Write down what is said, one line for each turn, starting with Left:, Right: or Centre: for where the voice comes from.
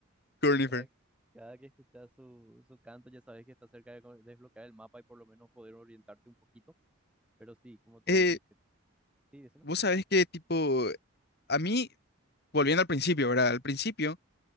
Left: Cornifer.
Centre: cada, cada que escuchas su, su canto ya sabes que está cerca de co- desbloquear el mapa y por lo menos poder orientarte un poquito. Pero sí, como te
Left: Eh,
Centre: dije, que- sí, decime.
Left: vos sabés que, tipo, a mí, volviendo al principio, ¿verdad? Al principio,